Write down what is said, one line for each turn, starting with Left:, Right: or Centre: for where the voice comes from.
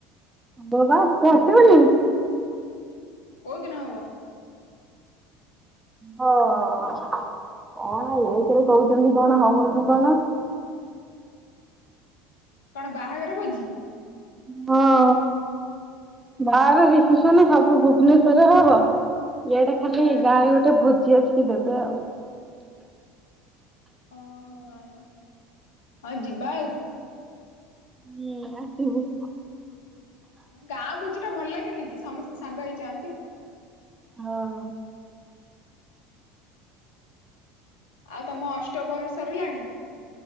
Right: ଭୋ ହଁ ତୁ ଆସିବୁନି?
Left: କୋଉ ଦିନ ହବ?
Right: ହଁ କଣ ଏଇଥିରେ କୋହୁଚନ୍ତି କଣ ହବ କି କଣ।
Left: କଣ ବାହାଘର ଭୋଜି?
Right: ହଁ। ବାହାଘର ରିସେପସନ୍ ସବୁ ଭୁବନେଶ୍ୱରରେ ହବ ଇଆଡ଼େ ଖାଲି
Left: ହଁ
Right: ଏଇ ଗାଁରେ ଗୋଟେ ଭୋଜି ଆସିକି ଦେବେ ଆଉ।
Left: ଓହୋ ଆ ଆଉ ଯିବା ଆଉ।
Right: ହୁଁ ଆସିବୁ।
Left: ଗାଁ ଭୋଜିଟା ଭଲ ଲାଗେନି କି ସମସ୍ତେ ସାଙ୍ଗ ହେଇଯାଆନ୍ତି।
Right: ହଁ।
Left: ଆଉ ତମ ଅଷ୍ଟପହରୀ ସରିଲାଣି?